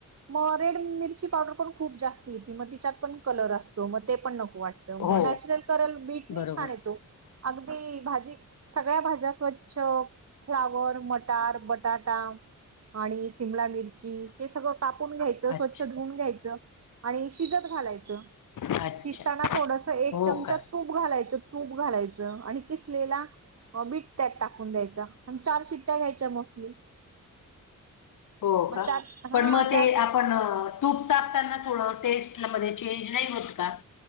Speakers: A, on the right; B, on the left.
A: मग रेड मिरची पावडर पण खूप जास्त येती मग तिच्यात पण कलर असतो मग ते पण नको वाट म
B: हो
A: नॅचरल करल बीटनी
B: बरोबर
A: छान येतो. अगदी भाजी सगळ्या भाज्या स्वच्छ फ्लावर, मटार, बटाटा- आणि शिमला मिरची- हे सगळं कापून घ्यायचं स्वच्छ
B: अच्छा
A: धुऊून घ्यायचं आणि शिजत घालायचं.
B: अच्छा
A: शिजताना थोडस एक
B: हो
A: चमचा
B: का
A: तूप घालायचं तूप घालायचं आणि किसलेला हो, बिट त्यात टाकून द्यायचा आणि चार शिट्टया घ्यायच्या मोस्टली.
B: हो
A: मग
B: का
A: चार हा
B: पण म ते
A: चार
B: आपण तूप टाकताना थोडं टेस्ट मध्ये चेंज नाही होत का?